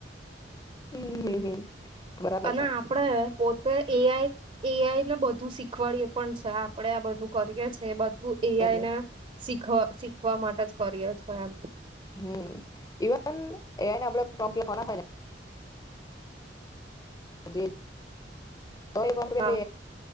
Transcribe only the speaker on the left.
હમ હમ હમ બરાબર
છે
કરીએ
હમ ઇવન એને આપ ટમ ખ રટ ક મતલબ ત